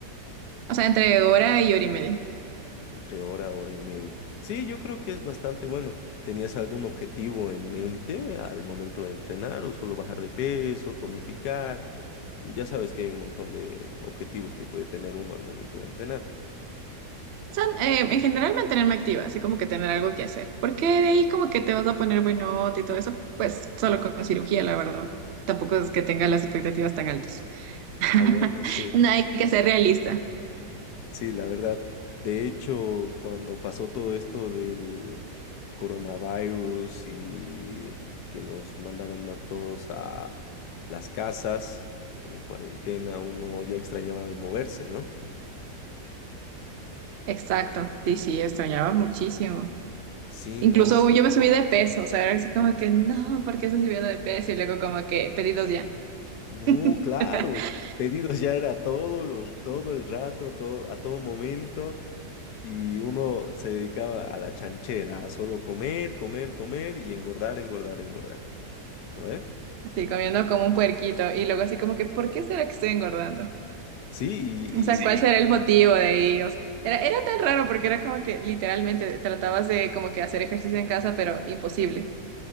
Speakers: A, on the right; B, on the left.
A: O sea, entre hora y hora y media.
B: Entre hora, hora y media. Sí, yo creo que es bastante bueno. ¿Tenías algún objetivo en mente al momento de entrenar o solo bajar de peso, tonificar? Ya sabes que hay un montón de objetivos que puede tener uno al momento de entrenar.
A: O sea, eh, en general mantenerme activa, así como que tener algo que hacer. Porque de ahí como que te vas a poner buenote y todo eso, pues solo con cirugía, la verdad. Tampoco es que tenga las expectativas tan altas. <laughs>
B: Ah, bueno, sí,
A: No hay que ser realista.
B: sí, la verdad. De hecho, cuando pasó todo esto del coronavirus y que nos mandaron a todos a las casas en cuarentena, uno ya extrañaba el moverse, ¿no?
A: Exacto. Sí, sí, extrañaba muchísimo.
B: Sí,
A: Incluso
B: no,
A: yo me subí de peso, o sea, era así como que, no, ¿por qué estoy subiendo de peso? Y luego como que, pedidos ya.
B: no,
A: <laughs>
B: claro, pedidos ya era todo, los, todo el rato, todo, a todo momento, y uno se dedicaba a la chanchera, a solo comer, comer, comer y engordar, engordar, engordar, ¿no ve?
A: Así comiendo como un puerquito. Y luego así como que, ¿por qué será que estoy engordando?
B: Sí, y,
A: O sea, Sí. ¿cuál
B: y
A: será el motivo de ellos? Era, era tan raro porque era como que literalmente tratabas de como que hacer ejercicio en casa, pero imposible.